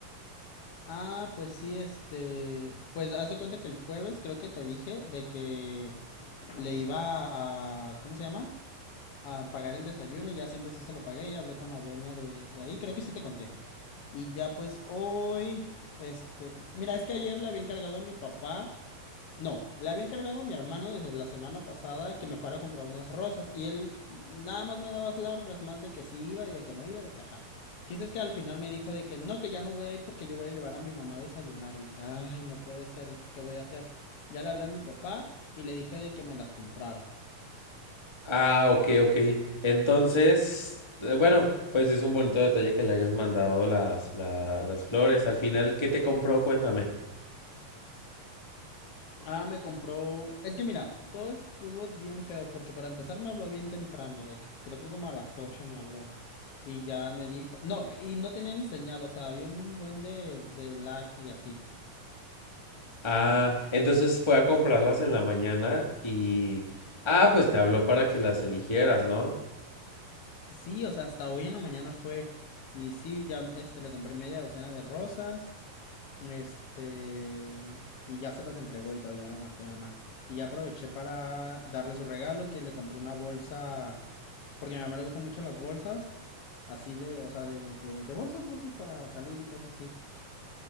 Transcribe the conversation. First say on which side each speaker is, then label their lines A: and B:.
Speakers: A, on the left (about 75°); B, on the left (about 45°).
A: Ah, pues sí, este, pues haz de cuenta que el jueves creo que te dije de que le iba a, ¿cómo se llama? A pagar el desayuno, ya siempre sí se lo pagué, ya hablé con la dueña de, de ahí, creo que sí te conté. Y ya pues hoy, este, mira, es que ayer le había encargado a mi papá no, le había encargado a mi hermano desde la semana pasada que me fuera a comprar unas rosas y él nada más me daba las largas, más de que sí iba y de que no iba, de que ajá. El Chiste es que al final me dijo de que no, que ya no voy a ir porque yo voy a llevar a mi mamá a desayunar. Y le dije, ay, no puede ser, entonces ¿qué voy a hacer? Ya le hablé a mi papá y le dije de que me las comprara.
B: Ah, ok, ok. Entonces, eh, bueno, pues es un bonito detalle que le hayas mandado las, la- las flores. Al final, ¿qué te compró? Cuéntame.
A: Ah, me compró. Es que mira, todo estuvo bien feo porque para empezar me habló bien temprano, de que creo que como a las 8 me habló. Y ya me dijo. No, y no tenía ni señal, o sea, había un buen de, de lag y así.
B: Ah, entonces fue a comprarlas en la mañana y... Ah, pues te habló para que las eligieras, ¿no?
A: Sí, o sea, hasta hoy en la mañana fue. Y sí, ya este, le compré media docena de rosas. Este, y ya se las entregó y todo, ya me marcó mi mamá. Y ya aproveché para darle su regalo, que le compré una bolsa, porque a mi mamá le gustan mucho las bolsas, así de, o sea, de, de, de bolsas, bolsas para salir y cosas así.